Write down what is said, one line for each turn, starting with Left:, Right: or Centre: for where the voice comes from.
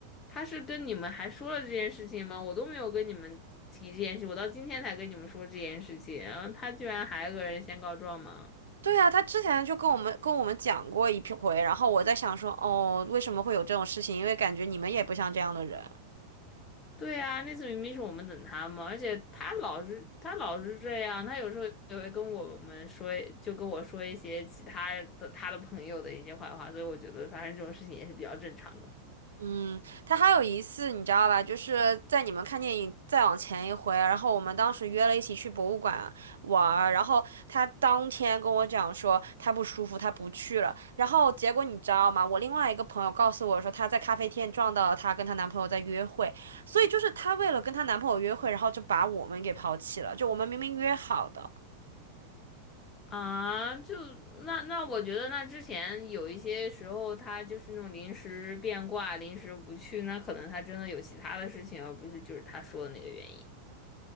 Left: 他是跟你们还说了这件事情吗？我都没有跟你们提这件事，我到今天才跟你们说这件事情，然后他居然还有个人先告状吗？
Right: 对啊，他之前就跟我们跟我们讲过一批回，然后我在想说，哦，为什么会有这种事情？因为感觉你们也不像这样的人。
Left: 对呀、那次明明是我们等他嘛，而且他老是他老是这样，他有时候也会跟我们说，就跟我说一些其他的他的朋友的一些坏话，所以我觉得发生这种事情也是比较正常的
Right: 嗯，他还有一次你知道吧，就是在你们看电影再往前一回，然后我们当时约了一起去博物馆玩儿然后他当天跟我讲说他不舒服，他不去了。然后结果你知道吗？我另外一个朋友告诉我说她在咖啡店撞到了她跟她男朋友在约会，所以就是她为了跟她男朋友约会，然后就把我们给抛弃了，就我们明明约好的。
Left: 啊。就那那我觉得那之前有一些时候他就是那种临时变卦，临时不去，那可能他真的有其他的事情，而不是就是他说的那个原因。